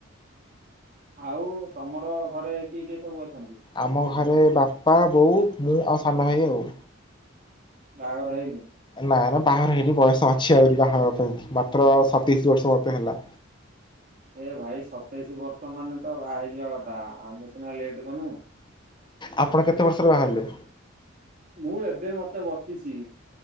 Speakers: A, on the right; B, on the left.
A: ଆଉ ତମର ଘରେ କିଏ କିଏ ସବୁ ଅଛନ୍ତି?
B: ଆମ ଘରେ ବାପା, ବୋଉ, ମୁଁ ଆଉ ସାନ ଭାଇ ଆଉ।
A: ବାହାଘର ହେଇନି?
B: ନା ନା ବାହାଘର ହେଇନି, ବୟସ ଅଛି ଆହୁରି ବାହାହେବା ପାଇଁ କି। ମାତ୍ର ସତେଇଶୀ ବର୍ଷ ମତେ ହେଲା।
A: ଏ ଭାଇ ସତେଇଶି ବର୍ଷ ମାନେ ତ, ବାହା ହେଇଯିବା କଥା। ଆମେ ସିନା ଲେଟ କଲୁ।
B: ଆପଣ କେତେ ବର୍ଷରେ ବାହାହେଲେ?
A: ମୁଁ ଏବେ ମତେ ବତିସି।